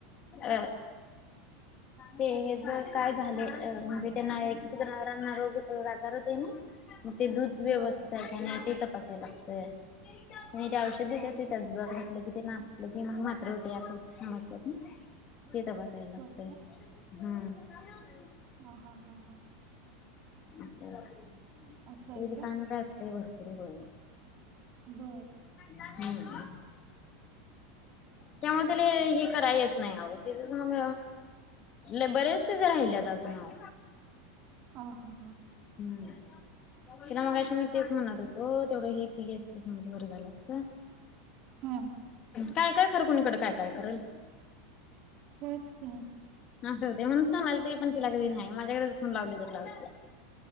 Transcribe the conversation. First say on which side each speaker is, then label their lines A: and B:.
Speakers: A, on the left; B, on the right.
A: अ ते हे ज काय झाले म्हणजे त्यांना एक जनावरांना रोग आजार होतय ना मग ते दूध व्यवस्थित
B: बर
A: आहे का नाही ते तपासायला लागतंय. नाही ते औषध देतात
B: हा
A: ते
B: हा
A: त्या दुधात घातलं कि ते नास्त. ल की मग मात्र होते असं समजतात ना तेथ बसायला लागतंय.
B: होय
A: हम्म
B: ह हा हा हां
A: अस तरी
B: असं आहे
A: काम का असतंय भरपूर होय.
B: बर
A: हम्म त्यामुळे तिला हे करायला येत नाही अहो तिचं मग लई बरेच तिचं राहिलेत अजून अहो
B: ह हां हां
A: हम्म तिला मगाशी मी तेच म्हणत होतो तेवढं हे केली असतेच माझ बर झालं असत.
B: हा
A: काय काय कर कुणीकडे काय काय करल.
B: होच की
A: असं होते म्हणून सांगलं ते पण तिला कधी नाही माझ्याकडेच फोन लावली त लावते.